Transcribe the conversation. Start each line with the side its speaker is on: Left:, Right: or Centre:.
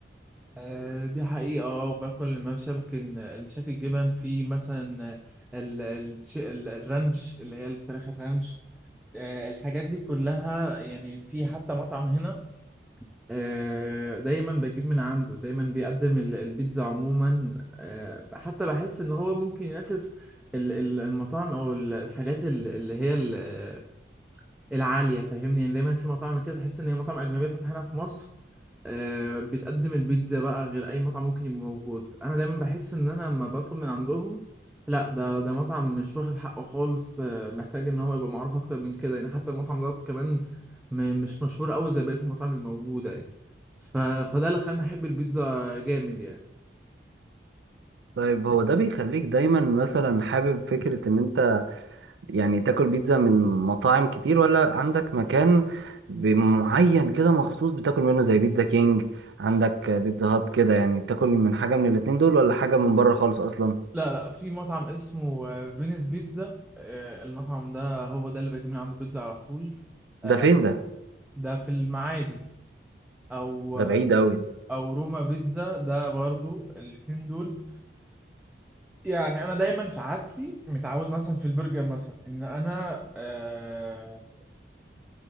Centre: آه، دي حقيقة اه باكل المشاكل المشاكل الجبن في مثلا ال- الش- ال- الرانش اللي هي الفراخ الرانش آه، الحاجات دي كلها يعني في حتى مطعم هنا آه، دايما بجيب من عنده دايما بيقدم ال- البيتزا عموما آه، حتى بحس ان هو ممكن ينافس ال- ال- المطاعم او ال- الحاجات ال- اللي هي ال- العالية فاهمني يعني دايما في مطاعم كده تحس ان هي مطاعم أجنبية فاتحة هنا في مصر آه، بتقدم البيتزا بقى غير اي مطعم ممكن يبقى موجود انا دايما بحس ان انا لما بطلب من عندهم لا ده ده مطعم مش واخد حقه خالص آه، محتاج ان هو يبقى معروف اكتر من كده يعني حتى المطعم ده كمان م- مش مشهور قوي زي بقية المطاعم الموجودة يعني ف... فده اللي خلاني احب البيتزا جامد يعني
Right: طيب هو ده بيخليك دايما مثلا حابب فكره ان انت يعني تاكل بيتزا من مطاعم كتير ولا عندك مكان ب- معين كده مخصوص بتاكل منه زي بيتزا كينج عندك بيتزا هات كده يعني بتاكل من حاجه من الاتنين دول ولا حاجه من بره خالص اصلا
Centre: لا لا في مطعم اسمه آه، فينيس بيتزا آه، المطعم ده هو ده اللي بجيب من عنده بيتزا على طول آه،
Right: ده فين ده
Centre: ده في المعادي او
Right: ده
Centre: آه،
Right: بعيد قوي
Centre: او روما بيتزا ده برضو الاتنين دول يعني انا دايما في عادتي متعود مثلا في البرجر مثلا ان انا آه،